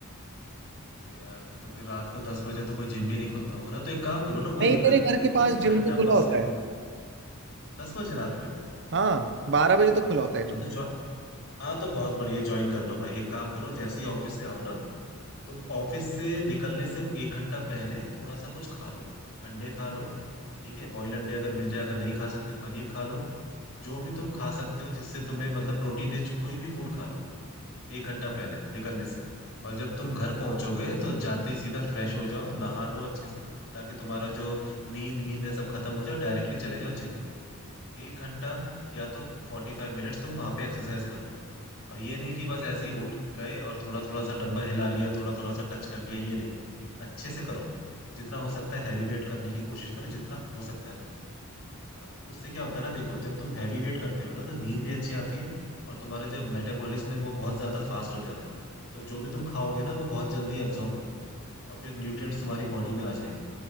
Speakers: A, on the left; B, on the right.
A: अरे यार तो फिर रात को दस बजे तो कोई जिम भी नहीं खुलता होगा ना तो एक काम करो ना कोई
B: नहीं
A: दिक्कत
B: मेरे घर
A: नहीं है
B: के
A: तुम
B: पास
A: भाई
B: जिम तो
A: डंबल्स
B: खुला होता
A: ले लो
B: है
A: दस बजे रात में
B: हाँ बारह बजे तो खुला होता है
A: हाँ तो हाँ तो बहुत बढ़िया ज्वाइन कर लो भाई एक काम करो जैसे ही ऑफिस से आओ ना तुम ऑफिस से निकलने से एक घंटा पहले थोड़ा सा कुछ खा लो अंडे खा लो ठीक है बॉयल अंडे अगर मिल जाए अगर नहीं खा सकते पनीर खा लो जो भी तुम खा सकते हो जिससे तुम्हें मतलब प्रोटीन रिच कोई भी फूड खा लो एक घंटा पहले निकलने से और जब तुम घर पहुंचोगे तो जाते ही सीधा फ्रेश हो जाओ नहा लो अच्छे से ताकि तुम्हारा जो नींद वींद है सब खत्म हो जाए डायरेक्टली चले जाओ जिम एक घंटा या तो फोर्टी फाइव मिनट्स तुम वहां पे एक्सरसाइज कर लो और ये नहीं कि बस ऐसे ही उठ गए और थोड़ा थोड़ा सा डंबल हिला लिया थोड़ा थोड़ा सा टच कर लिया ये नहीं अच्छे से करो जितना हो सकता है हैवी वेट करने की कोशिश करो जितना हो सकता है तुमसे उससे क्या होता है ना देखो जब तुम हैवी वेट करते हो ना तो नींद भी अच्छी आती है और तुम्हारा जो मेटाबॉलिज्म है वो बहुत ज्यादा फास्ट हो जाता है तो जो भी तुम खाओगे ना वो बहुत जल्दी एब्जॉर्व करेगा और फिर न्यूट्रिएंट्स तुम्हारी बॉडी में आ जाएंगे